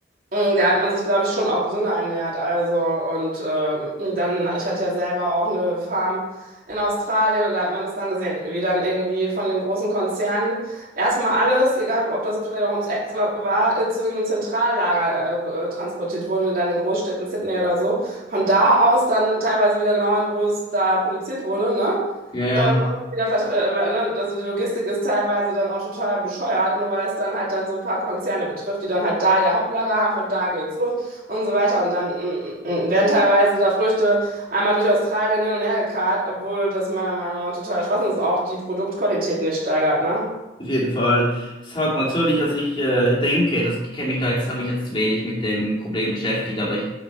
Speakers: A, on the right (about 50°); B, on the left (about 25°).
A: Mm, Da hat man sich, glaube ich, schon auch gesünder ernährt. Also, und ähm, dann, ich hatte ja selber auch eine Farm in Australien und da hat man das dann gesehen, wie dann irgendwie von den großen Konzernen erstmal alles, egal ob das vielleicht auch ums Eck wa- war, äh, zu irgendeinem Zentrallager äh, äh, transportiert wurde, dann in Großstädten, Sydney oder so. Von da aus dann teilweise wieder genau hin, wo es da produziert wurde, ne?
B: Ja, ja.
A: Äh, wieder, vert- äh, weil, ne, also die Logistik ist teilweise dann auch total bescheuert, nur weil es dann halt dann so ein paar Konzerne betrifft, die dann halt da ihr Hauptlager haben, von da geht's los und so weiter. Und dann mm, mm, mm, werden teilweise da Früchte einmal durch Australien hin und her gekarrt, obwohl das meiner Meinung nach total Schwachsinn ist, auch die Produktqualität nicht steigert, ne?
B: Auf jeden Fall. Es hat natürlich, also ich äh, denke, das kenne mich da jetzt, habe mich jetzt wenig mit dem Problem beschäftigt, aber ich,